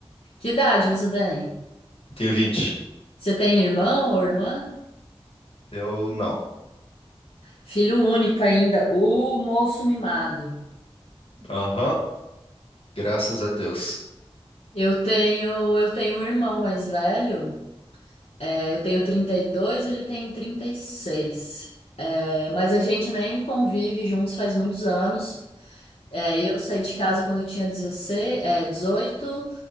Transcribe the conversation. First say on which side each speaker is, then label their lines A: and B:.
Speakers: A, on the left; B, on the left.
A: Que idade você tem?
B: Eu tenho 20.
A: Você tem irmão ou irmã?
B: Eu não.
A: Filho único ainda, o moço mimado.
B: Aham. Graças a Deus.
A: Eu tenho, eu tenho um irmão mais velho. é, eu tenho 32, ele tem 36. É, mas a gente nem convive juntos faz muitos anos. É, eu saí de casa quando eu tinha 16, é, 18,